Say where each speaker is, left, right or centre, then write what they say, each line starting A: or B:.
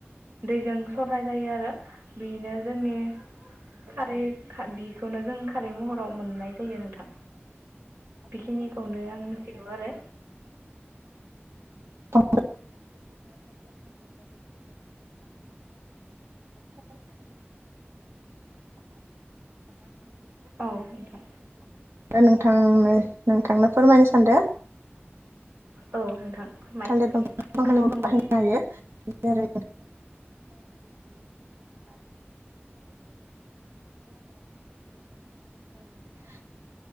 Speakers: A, on the right; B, on the right.
A: दैजों सरनाय जायो आरो बेनो जोंनि खारै खा बिखौनो जों खारै महराव मोननाय जायो नोंथां। बेखिनिखौनो आं मिथिगौ आरो।
B: <unintelligible> <unintelligible>
A: औ नोंथां
B: नोंथां नोंथांनो फोरमायनो सानदो।
A: औ नोंथां। फोरमाय
B: थालिर दंफां बाहायनो
A: खोनासंगोन
B: हायो जेरै <unintelligible>